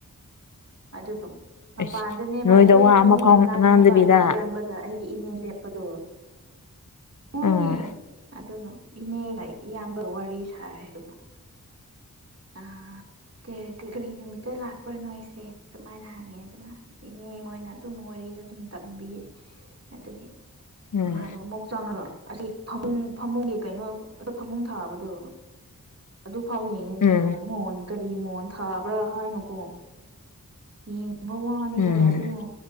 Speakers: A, on the right; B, on the left.
A: ꯑꯗꯨꯒ ꯃꯄꯥꯟꯗꯅꯦꯕ
B: ꯑꯁ ꯅꯣꯏꯗ
A: ꯑꯩꯈꯣꯏ
B: ꯋꯥ
A: ꯊꯣꯡꯒꯤ
B: ꯑꯃ ꯐꯥꯎ
A: ꯃꯅꯥꯛꯇꯅꯦꯕ
B: ꯉꯥꯡꯗꯕꯤꯗ
A: ꯑꯩꯒꯤ ꯏꯌꯥꯝꯕ ꯑꯩ ꯑꯩꯒꯤ ꯏꯅꯦ ꯂꯦꯞꯄꯗꯣ ꯃꯣꯏꯅꯦ
B: ꯎꯝ
A: ꯑꯗꯨꯒ ꯏꯅꯦꯒ ꯏꯌꯥꯝꯕ ꯋꯥꯔꯤ ꯁꯥꯔꯦ ꯍꯥꯏ ꯑ ꯀꯔꯤ ꯅꯨꯃꯤꯠꯇ ꯂꯥꯛꯄ꯭ꯔꯥ ꯅꯣꯏꯁꯦ ꯑꯗꯨꯃꯥꯏꯅ ꯍꯪꯉꯦ ꯑꯗꯨꯒ ꯏꯅꯦ ꯃꯣꯏꯅ ꯑꯗꯨꯝ ꯋꯥꯔꯤꯗꯣ ꯑꯗꯨꯝ ꯇꯝꯕꯤꯌꯦ ꯑꯗꯨꯒꯤ
B: ꯎꯝ
A: ꯃꯥꯗꯣ ꯑꯃꯨꯛ ꯆꯪꯉꯣ ꯑꯁꯤ ꯐꯃꯨꯡ ꯐꯃꯨꯡꯒꯤ ꯀꯩꯅꯣ ꯐꯃꯨꯡ ꯊꯥꯕꯗꯣ ꯑꯗꯨꯐꯥꯎ ꯌꯦꯡꯉꯦ
B: ꯎꯝ
A: ꯀꯩꯅꯣ ꯃꯣꯟ ꯀꯔꯤ ꯃꯣꯟ ꯊꯥꯕ꯭ꯔꯥ ꯍꯥꯏꯅꯣꯀꯣ ꯌꯦꯡꯕ ꯋꯥꯅꯤꯗ
B: ꯎꯝ
A: ꯑꯗꯨ